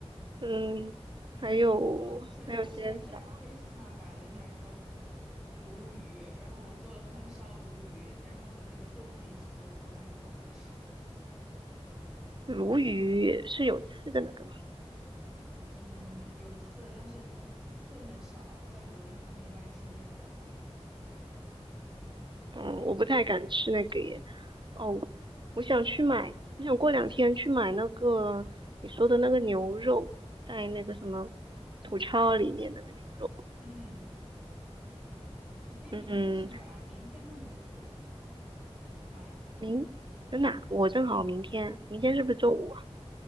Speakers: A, on the right; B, in the centre.
A: 嗯，
B: 嗯，
A: 还有还有些啥？
B: 我前段时间在 Prisma 买了两条鲈鱼，然后我做了红烧鲈鱼，然后和那个豆腐一起炖的，我感觉好好吃。
A: 鲈鱼是有刺的那个吗？
B: 嗯，有刺，但是刺刺很少，在国内他们一般清蒸比较多。
A: 嗯，我不太敢吃那个耶。哦，我想去买，我想过两天去买那个你说的那个牛肉，在那个什么土超里面那个牛肉。
B: 嗯，你可以明天去买啊，
A: 嗯，
B: 明天他们就会有卖的。
A: 明，真的啊我正好明天，
B: 嗯，
A: 明天是不是周五啊？